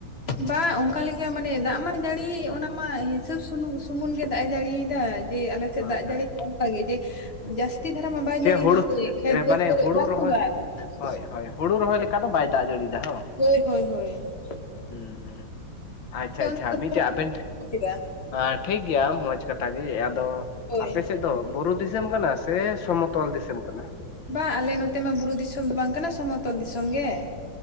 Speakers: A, on the left; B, on the left.
A: ᱵᱟᱸ, ᱚᱱᱠᱟ ᱠᱮᱠᱟ ᱢᱟᱱᱮ, ᱫᱟᱜ ᱢᱟ, ᱡᱟᱹᱲᱤ ᱭᱮᱫ, ᱚᱱᱟ ᱢᱟ, ᱦᱤᱥᱟᱹᱵ ᱥᱩᱱᱩ ᱥᱩᱢᱩᱱ ᱠᱮ, ᱫᱟᱜᱼ ᱮ ᱡᱟᱹᱲᱤ ᱭᱮᱫᱟ, ᱡᱮ ᱟᱞᱮ ᱥᱮᱫ,
B: ᱦᱳᱭ
A: ᱫᱟᱜ
B: ᱦᱳᱭ
A: ᱡᱟᱹᱲᱤ, ᱚᱱᱠᱟ ᱜᱮ, ᱡᱮ ᱡᱟᱹᱥᱛᱤ ᱡᱟᱥᱛᱤ ᱫᱷᱟᱨᱟ ᱢᱟ, ᱵᱟᱭ
B: ᱪᱮ
A: ᱡᱟᱲᱤ
B: ᱦᱩᱲᱩ
A: ᱮᱫᱟᱭ ᱠᱷᱮᱛ ᱵᱟᱹᱫᱽ
B: ᱢᱟᱱᱮ
A: ᱠᱚᱨᱮ,
B: ᱦᱩᱲᱩ
A: ᱵᱟᱝ
B: ᱨᱚᱦᱚᱭ
A: ᱛᱚᱢᱵᱟ ᱟᱠᱟᱱᱟ ᱾
B: ᱦᱳᱭ ᱦᱳᱭ! ᱦᱩᱲᱩ ᱨᱚᱦᱚᱭ ᱞᱮᱠᱟ ᱫᱚ, ᱵᱟᱭ ᱫᱟᱜ ᱡᱟᱹᱲᱤᱭ ᱮᱫᱟ, ᱦᱚᱸ ᱾
A: ᱟᱤᱭ ᱦᱳᱭ, ᱦᱳᱭ, ᱾
B: ᱦᱮᱸᱦᱮᱸ ᱟᱻᱪᱪᱷᱟ ᱟᱪᱪᱷᱟ,
A: ᱚᱱᱛᱮ ᱫᱚ
B: ᱢᱤᱫᱴᱟᱜ ᱟᱵᱷᱮᱱᱴᱷ
A: ᱠᱮᱫᱟ
B: ᱦᱟᱸ ᱴᱷᱤᱠ ᱜᱮᱭᱟ, ᱢᱚᱡᱽ ᱠᱟᱛᱷᱟ ᱜᱮ, ᱟᱫᱚ
A: ᱦᱳᱭ
B: ᱟᱯᱮ ᱥᱮᱫ ᱫᱚ, ᱵᱩᱨᱩ ᱫᱤᱥᱚᱢ ᱠᱟᱱᱟ, ᱥᱮ? ᱥᱚᱢᱚᱛ ᱫᱤᱥᱚᱢ ᱠᱟᱱᱟ ᱾
A: ᱵᱟᱸ ᱟᱞᱮ ᱱᱚᱛᱮ ᱢᱟ, ᱵᱩᱨᱩ ᱫᱤᱥᱚᱢ ᱫᱚ, ᱵᱟᱝ ᱠᱟᱱᱟ, ᱥᱚᱢᱚᱛᱚᱞ ᱫᱤᱥᱚᱢ ᱜᱮ ᱾